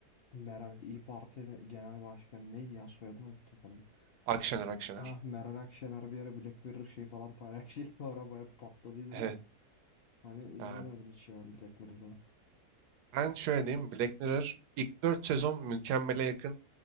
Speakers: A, on the left (about 70°); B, on the right (about 85°).
A: Meral İYİ Parti Genel Başkanı neydi ya soyadını unuttum
B: Akşener, Akşener.
A: Ah Meral Akşener bir ara Black Mirror şey falan paylaştıydı. <laughs> O arabaya patladıydı
B: Evet.
A: da. Hani izlemedim
B: e,
A: hiç ya Black Mirror'ı.
B: ben şöyle diyeyim Black Mirror ilk 4 sezon mükemmele yakın.